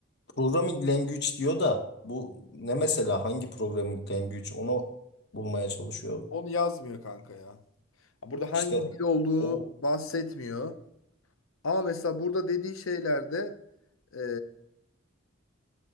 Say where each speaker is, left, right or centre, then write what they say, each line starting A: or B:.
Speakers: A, on the left; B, on the left.
A: programming language diyor da bu ne mesela hangi programming language onu bulmaya çalışıyorum.
B: onu yazmıyor kanka ya. Burada hangi
A: İşte
B: dil olduğunu
A: o
B: bahsetmiyor. Ama mesela burada dediği şeylerde eee,